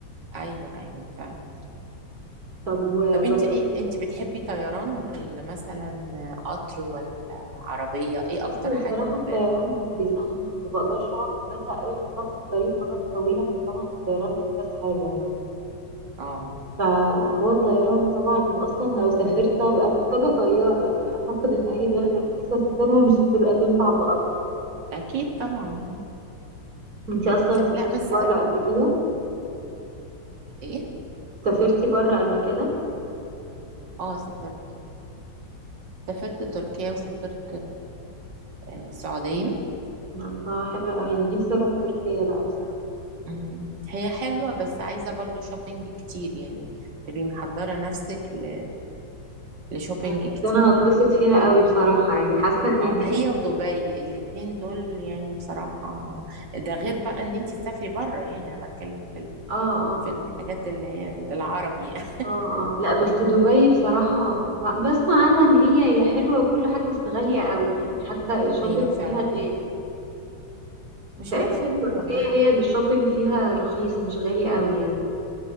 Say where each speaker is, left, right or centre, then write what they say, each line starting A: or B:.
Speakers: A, on the right; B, on the right.
A: ايوه ايوه فعلا
B: طب وجربت
A: طب انت ايه انت بتحبي طيران ولا مثلا قطر ولا عربية ايه اكتر
B: بصي
A: حاجة
B: بصراحة الطيران
A: ب...
B: منجز أنا ما ما بقدرش أقعد بزهق قوي لما بقعد في الطريق مدة طويلة فطبعا الطيران أنجز حاجة يعني
A: اه
B: فهو الطيران طبعا واصلا لو سافرت هبقى محتاجه طياره يعني اعتقد ان اي بلد انا نفسي اسافرها مش هتبقى تنفع بقطر
A: اكيد طبعا يعني
B: انتي اصلا سافرتي
A: لا بس
B: بره قبل كده
A: ايه
B: سافرتي بره قبل كده
A: اه سافرت سافرت تركيا وسافرت آه، السعودية
B: الله حلوه قوي انا نفسي اروح تركيا بقى بصراحه
A: مم. هي حلوة بس عايزة برضو شوبينج كتير يعني تبقي محضرة نفسك ل- لشوبينج
B: انا
A: كتير
B: أنا هتبسط فيها قوي بصراحه يعني حاسه ان
A: اه
B: دي
A: هي ودبي الاتنين دول يعني بصراحة ده غير بقى ان انتي تسافري بره يعني انا بتكلم في ال...
B: اه اه
A: في الحاجات اللي هي العربي يعني.
B: اه اه لا بس دبي بصراحه ب- بسمع عنها ان هي هي حلوه وكل حاجه بس غاليه قوي يعني حتى الشوبينج
A: <laughs> ايوه فعلا
B: فيها غالي
A: مش
B: تقريبا
A: عارفة ليه
B: تركيا
A: والله
B: هي اللي الشوبينج فيها رخيص مش غالي قوي يعني